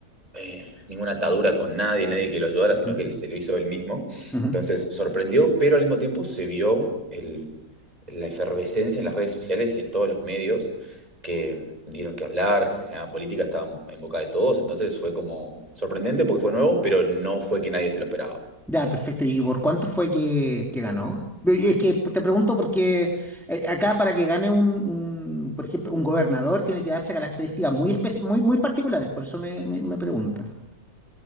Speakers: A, on the right; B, in the centre.
A: eh, ninguna atadura con nadie, nadie que lo ayudara,
B: ujú,
A: sino que él se lo hizo él mismo.
B: ujú.
A: Entonces sorprendió, pero al mismo tiempo se vio el, la efervescencia en las redes sociales y en todos los medios que dieron que hablar, se generaba política, estaba en boca de todos, entonces fue como sorprendente porque fue nuevo, pero no fue que nadie se lo esperaba.
B: Ya, perfecto. ¿Y por cuánto fue que, que ganó? Ve- Es que te pregunto porque eh, acá para que gane un, un, por ejemplo, un gobernador tiene que darse características muy, espe- muy, muy particulares, por eso me, me, me pregunta.